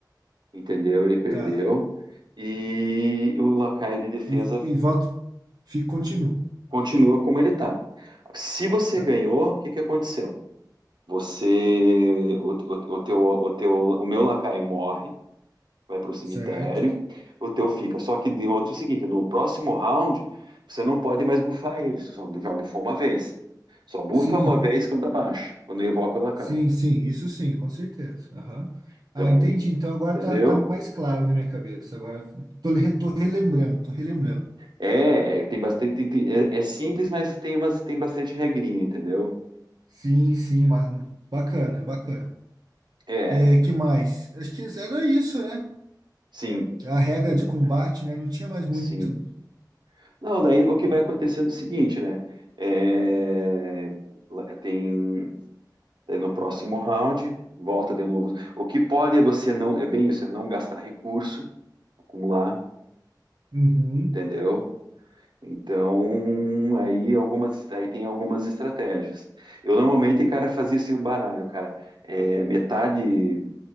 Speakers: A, on the right (about 80°); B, on the right (about 60°).
A: entendeu? Ele perdeu.
B: tá?
A: E o lacaio de defesa
B: E, e volta, fica, continua,
A: Continua como ele está. Se você
B: tá?
A: ganhou, o que que aconteceu? Você, o, o, o teu, o teu, o meu lacaio morre, vai para o cemitério,
B: Certo?
A: o teu fica. Só que de outro é o seguinte, no próximo round você não pode mais bufar ele, você só já bufou uma vez. Só bufa
B: Sim.
A: uma vez quando abaixa, quando evoca o lacaio.
B: Sim, sim, isso sim, com certeza. Aham.
A: Então,
B: Ah, entendi. Então agora
A: entendeu?
B: tá, tá mais claro na minha cabeça. Agora tô, le- tô relembrando, tô relembrando.
A: É, é que tem bastante, tem- tem- é, é simples, mas tem umas, tem bastante regrinha, entendeu?
B: Sim, sim, ma- bacana, bacana.
A: É,
B: É, que mais? Acho que era isso, né?
A: sim,
B: A regra
A: ele-
B: de combate, né? Não tinha mais muito.
A: sim. Não, daí o que vai acontecer é o seguinte, né? É, lá- tem é, no próximo round, volta de novo. O que pode é você não, é bem isso, é não gastar recurso, acumular,
B: Uhum.
A: entendeu? Então, aí algumas, aí tem algumas estratégias. Eu normalmente, cara, fazia esse baralho, cara, é, metade